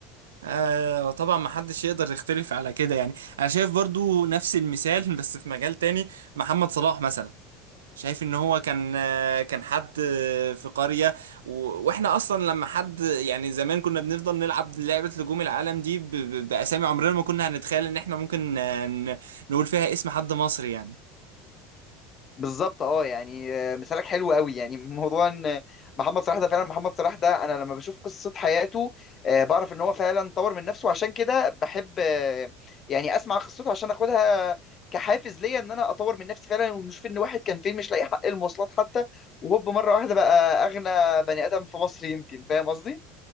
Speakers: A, on the right (about 85°); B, on the left (about 40°).
A: آه طبعا ما حدش يقدر يختلف على كده يعني انا شايف برضو نفس المثال <laughs> بس في مجال تاني محمد صلاح مثلا شايف ان هو كان كان حد في قرية و... واحنا اصلا لما حد يعني زمان كنا بنفضل نلعب لعبة نجوم العالم دي ب... ب... باسامي عمرنا ما كنا هنتخيل ان احنا ممكن ن... نقول فيها اسم حد مصري يعني
B: بالظبط اه يعني آه، مثالك حلو قوي يعني موضوع ان محمد صلاح ده فعلا محمد صلاح ده انا لما بشوف قصة حياته آه، بعرف ان هو فعلا طور من نفسه عشان كده بحب آه، يعني اسمع قصته عشان اخدها كحافز ليا ان انا اطور من نفسي فعلا ونشوف ان واحد كان فين مش لاقي حق المواصلات حتى وهوب مرة واحدة بقى اغنى بني ادم في مصر يمكن فاهم قصدي؟